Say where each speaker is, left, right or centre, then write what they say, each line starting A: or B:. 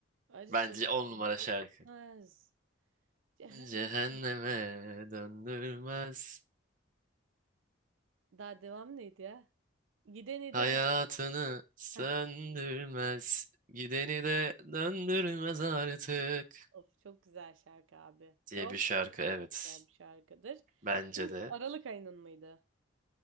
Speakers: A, on the right (about 80°); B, on the right (about 45°).
A: Acısı
B: Bence
A: da
B: on numara
A: öldürmez.
B: şarkı.
A: Cehennem.
B: Cehenneme döndürmez,
A: Daha devam neydi ya? Gideni
B: hayatını
A: de.
B: söndürmez,
A: Heh.
B: gideni de döndürmez artık
A: Of çok güzel şarkı abi. Çok
B: diye bir şarkı
A: çok
B: evet
A: çok güzel bir şarkıdır.
B: bence
A: Bu
B: de.
A: Aralık ayının mıydı?